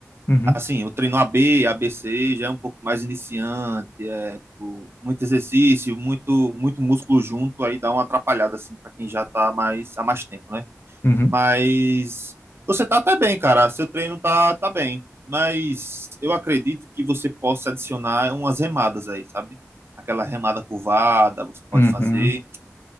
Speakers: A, on the left (about 50°); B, on the right (about 50°).
A: Uhum,
B: assim, o treino A A B A B C já é um pouco mais iniciante, é tipo, muito exercício, muito muito músculo junto, aí dá uma atrapalhada assim para quem já tá mais há mais tempo, né?
A: uhum,
B: Mas você tá até bem, cara. Seu treino tá tá bem, mas eu acredito que você possa adicionar umas remadas aí, sabe? Aquela remada curvada, você pode
A: uhum.
B: fazer,